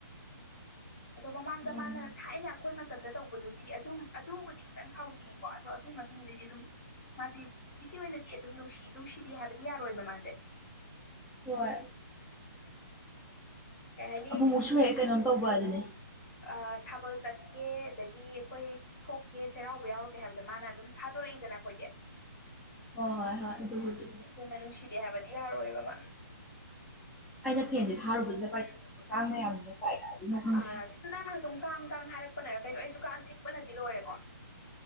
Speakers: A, on the left (about 25°); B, in the centre.
A: ꯑꯗꯣ ꯃꯃꯥꯡꯗ
B: ꯎꯝ
A: ꯃꯥꯅ ꯊꯥꯏꯅ ꯑꯩꯈꯣꯏ ꯃꯇꯝꯗ ꯇꯧꯕ ꯑꯗꯨꯗꯤ ꯑꯗꯨꯝ ꯑꯗꯨꯕꯨꯗꯤ ꯈꯤꯇꯪ ꯁꯥꯎꯅꯤꯡꯉꯤꯀꯣ ꯑꯗꯣ ꯑꯗꯨꯒꯤ ꯃꯇꯨꯡꯗꯩꯗꯤ ꯑꯗꯨꯝ ꯃꯥꯖꯦ ꯍꯧꯖꯤꯛꯀꯤ ꯑꯣꯏꯅꯗꯤ ꯑꯗꯨꯝ ꯅꯨꯡꯁꯤ ꯅꯨꯡꯁꯤꯗꯦ ꯍꯥꯏꯕꯗꯤ ꯌꯥꯔꯣꯏꯕ ꯃꯥꯖꯦ
B: ꯍꯣꯏ
A: ꯀꯩ ꯍꯥꯏꯅꯤ
B: ꯑꯃꯨꯃꯨꯛꯁꯨ ꯍꯦꯛ ꯀꯩꯅꯣꯝ ꯇꯧꯕ ꯑꯗꯨꯅꯤ
A: ꯑ ꯊꯥꯕꯜ ꯆꯠꯀꯦ ꯑꯗꯒꯤ ꯑꯩꯈꯣꯏ ꯊꯣꯛꯀꯦ ꯆꯩꯔꯥꯎꯕ ꯌꯥꯎꯔ ꯇꯦꯍꯥꯏꯕꯗꯣ ꯃꯥꯅ ꯑꯗꯨꯝ ꯊꯥꯗꯣꯔꯛꯏꯗꯅ ꯑꯩꯈꯣꯏꯗꯤ
B: ꯍꯣꯏ ꯍꯣꯏ ꯍꯣꯏ ꯑꯗꯨꯕꯨꯗꯤ
A: ꯑꯗꯨꯅ ꯅꯨꯡꯁꯤꯗꯦ ꯍꯥꯏꯕꯗꯤ ꯌꯥꯔꯣꯏꯕ ꯃꯥ
B: ꯑꯩꯅ ꯐꯦꯟꯁꯦ ꯊꯥꯔꯨꯕꯕꯁꯤꯗ ꯄꯥꯏꯊꯣꯔꯂꯛꯄ ꯀꯥꯡ ꯃꯌꯥꯝꯁꯤꯅ ꯀꯥꯏ ꯀꯥꯏꯗꯒꯤꯅꯣ ꯈꯪꯗꯦ
A: ꯑ ꯁꯤ ꯅꯪꯅ ꯁꯨꯝ ꯀꯥꯡ ꯀꯥꯡ ꯍꯥꯏꯔꯛꯄꯅꯔ ꯀꯩꯅꯣ ꯑꯩꯁꯨ ꯀꯥꯡ ꯆꯤꯛꯄꯅꯗꯤ ꯂꯣꯏꯔꯦꯀꯣ